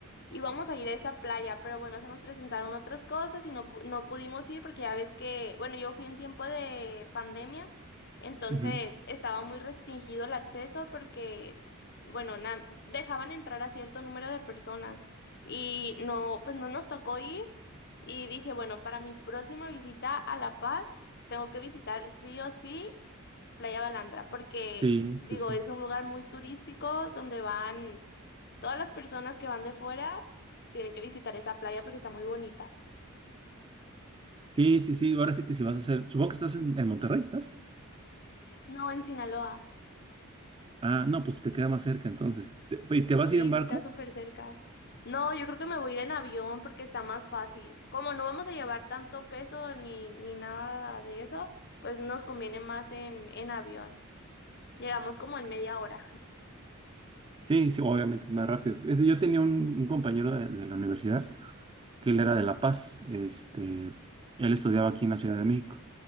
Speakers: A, on the left; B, on the right.
A: íbamos a ir a esa playa, pero bueno, se nos presentaron otras cosas y no, pu- no pudimos ir porque ya ves que, bueno, yo fui en tiempo de pandemia, entonces
B: Ujú.
A: estaba muy restringido el acceso porque, bueno, na- dejaban entrar a cierto número de personas y no, pues no nos tocó ir y dije, bueno, para mi próxima visita a La Paz tengo que visitar sí o sí Playa Balandra, porque
B: Sí,
A: digo,
B: sí, sí.
A: es un lugar muy turístico donde van todas las personas que van de fuera, s- tienen que visitar esa playa porque está muy bonita.
B: Sí, sí, sí. Ahora sí que si vas a hacer, supongo que estás en, en Monterrey, ¿estás?
A: No, en Sinaloa,
B: Ah, no, pues te queda más cerca entonces. ¿Te, y te vas
A: sí,
B: a ir en barco?
A: me queda súper cerca. No, yo creo que me voy a ir en avión porque está más fácil. Como no vamos a llevar tanto peso ni, ni nada de eso, pues nos conviene más en, en avión. Llegamos como en media hora.
B: Sí, sí, obviamente es más rápido. Es de- Yo tenía un, un compañero de, de la universidad que él era de La Paz, este, él estudiaba aquí en la Ciudad de México,